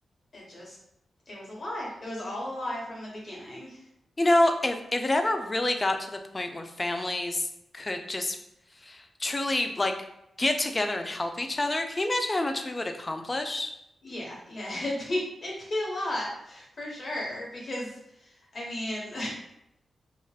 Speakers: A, on the left; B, on the left.
A: it just it was a lie. It was all a lie from the beginning.
B: You know, if if it ever really got to the point where families could just truly like get together and help each other, can you imagine how much we would accomplish?
A: Yeah, yeah, <laughs> it'd be it'd be a lot for sure because I mean,